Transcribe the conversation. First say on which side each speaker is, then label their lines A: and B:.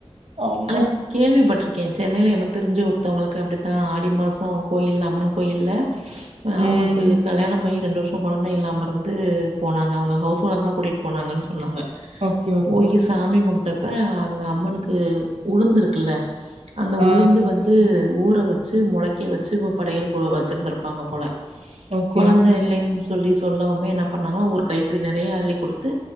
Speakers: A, on the right (about 65°); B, on the right (about 85°).
A: ஆமா
B: ஆனா இ கேள்விபட்ருக்கே சென்னைல எனக் தெரிஞ்சு ஒருத்தவுங்களுக்கு அப்டித்தா ஆடி மாசோ கோயில் அம்மன் கோயில்ல ஆ அவுங்குளுக்கு
A: ம்
B: கல்யாணமாயி ரெண்டு வருஷோ கொழந்த இல்லாமருந்து போனாங்க அவுங்க ஹவுஸோனர்தா கூட்டிட் போனாங்கன் சொன்னாங்க
A: ஓகே ஓகே
B: போயி சாமி கும்ட்டப்ப அங்க அம்மனுக்கு உளுந்துருக்குல்ல அந்த
A: ஆ
B: உளுந்து வந்து ஊற வச்சு மொளைக்க வச்சு போ படையல் போ வச்சிருந்துருப்பாங்க போல
A: ஓகே
B: கொழந்த இல்லேன் சொ சொல்லி சொல்லவுமே என்ன பண்ணாங்களா ஒரு கைப்பிடி நெறைய அள்ளி குடுத்து